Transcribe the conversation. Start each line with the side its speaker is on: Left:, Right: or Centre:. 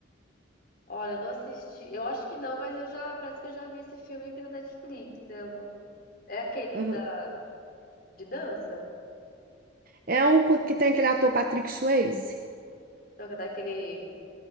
Left: Olha, eu não assisti. Eu acho que não, mas eu já parece que eu já vi esse filme aqui na Netflix. Eu não- É aquele
Right: Aham.
Left: da de dança?
Right: É um co- que tem aquele ator Patrick Swayze.
Left: Então, que é daquele.